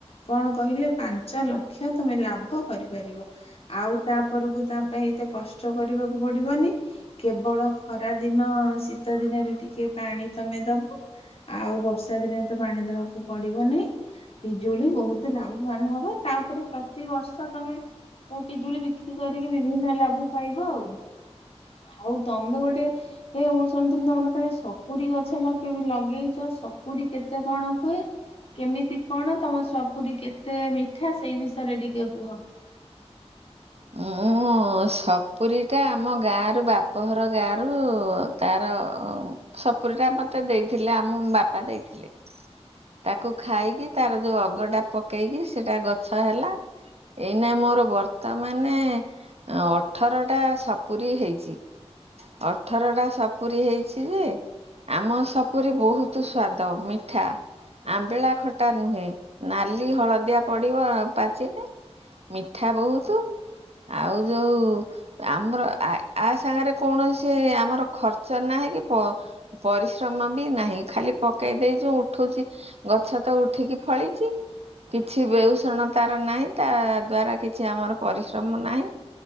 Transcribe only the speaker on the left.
କଣ କହିଲେ ପାଞ୍ଚ ଲକ୍ଷ ତମେ ଲାଭ କରିପାରିବ। ଆଉ ତାପରକୁ ତା ପାଇଁ ଏତେ କଷ୍ଟ କରିବାକୁ ପଡିବନି। କେବଳ ଖରା ଦିନ, ଶୀତ ଦିନରେ ଟିକେ ପାଣି ତମେ ଦବ। ଆଉ ବର୍ଷା ଦିନରେ ତ ପାଣି ଦବାକୁ ପଡିବ ନାଇଁ। ପିଜୁଳି ବହୁତ ଲାଭବାନ ହବ, ତାପରେ ପ୍ରତି ବର୍ଷ ତମେ ଏ ପିଜୁଳି ବିକ୍ରି କରିକି ବିଭିନ୍ନ ଲାଭ ପାଇବ ଆଉ। ଆଉ ତମେ ଗୋଟେ ଏ ମୁଁ ଶୁଣିଥିଲି ତମର କାଳେ ସପୁରୀ ଗଛ ଲଗେଇଚ ସପୁରୀ କେତେ କଣ ହୁଏ? କେମିତି କଣ ତମ ସପୁରୀ କେତେ ମିଠା ସେଇ ବିଷୟରେ ଟିକେ କୁହ?